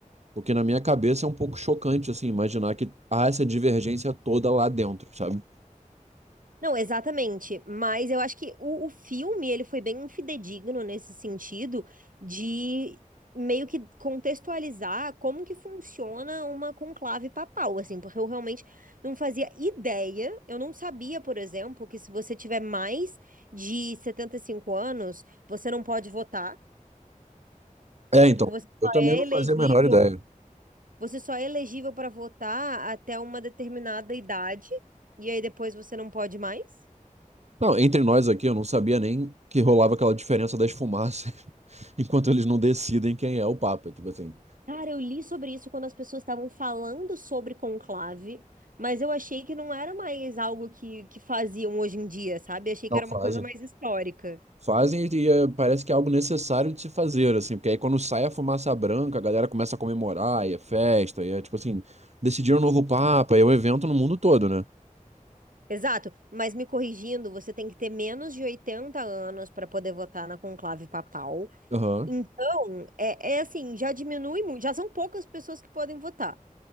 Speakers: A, on the right; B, on the right.
A: O que na minha cabeça é um pouco chocante, assim, imaginar que há essa divergência toda lá dentro, sabe?
B: Não, exatamente. Mas eu acho que o, o filme ele foi bem fidedigno nesse sentido de meio que contextualizar como que funciona uma conclave papal, assim, porque eu realmente não fazia ideia. Eu não sabia, por exemplo, que se você tiver mais de 75 anos, você não pode votar.
A: É,
B: Tipo,
A: então,
B: você só
A: eu também
B: é
A: não
B: elegível,
A: fazia a menor ideia.
B: você só é elegível para votar até uma determinada idade, e aí depois você não pode mais.
A: Não, entre nós aqui, eu não sabia nem que rolava aquela diferença das fumaças <laughs> enquanto eles não decidem quem é o papa, tipo assim.
B: Cara, eu li sobre isso quando as pessoas estavam falando sobre conclave, mas eu achei que não era mais algo que, que faziam hoje em dia, sabe? Achei
A: Não
B: que era
A: fazem.
B: uma coisa mais histórica.
A: Fazem e é, parece que é algo necessário de se fazer, assim, porque aí quando sai a fumaça branca, a galera começa a comemorar, e é festa, e é tipo assim, decidiram um novo papa, e é um evento no mundo todo, né?
B: Exato, mas me corrigindo, você tem que ter menos de 80 anos para poder votar na conclave papal.
A: Aham.
B: Então, é, é assim, já diminui muito, já são poucas pessoas que podem votar.